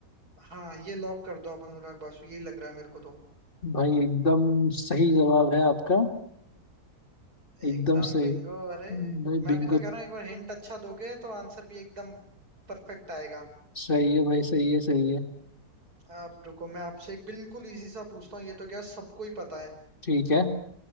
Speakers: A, on the right; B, on the left.
A: हाँ ये लॉक कर दो आप अनुराग बासु यही लग रहा है मेरे को तो
B: भाई एकदम सही जवाब है आपका एकदम
A: एकदम
B: सही
A: बिंगो अरे
B: भाई
A: मैं
B: बिंगो
A: भी तो कह रहा हूँ एक बार हिंट अच्छा दोगे तो आंसर भी एकदम परफेक्ट आएगा
B: सही है भाई सही है सही है
A: अब रुको मैं आपसे एक बिल्कुल इजी सा पूछता हूँ ये तो क्या सबको ही पता है
B: ठीक है